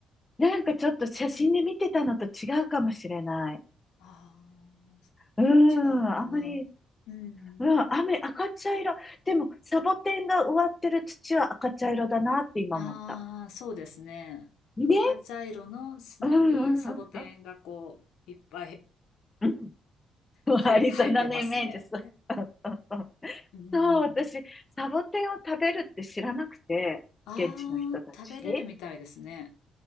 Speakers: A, on the left; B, on the left.
A: なんかちょっと写真で見てたのと違うかもしれない。
B: ああ、
A: うん、
B: 違うのかな。
A: あんまり、
B: うん。
A: うん、雨、赤茶色。でも、サボテンが植わってる土は赤茶色だなって今思った。
B: ああ、そうですね。
A: ね
B: 赤茶色の砂にサボテンがこう、
A: うんうんうんうん。
B: いっぱい
A: うん <laughs>
B: 生え、
A: アリゾナのイメージ、
B: 生えてますね。
A: そう。うんうんうん
B: うん。
A: そう、私、サボテンを食べるって知らなくて、
B: ああ、
A: 現地の人たち。
B: 食べれるみたいですね。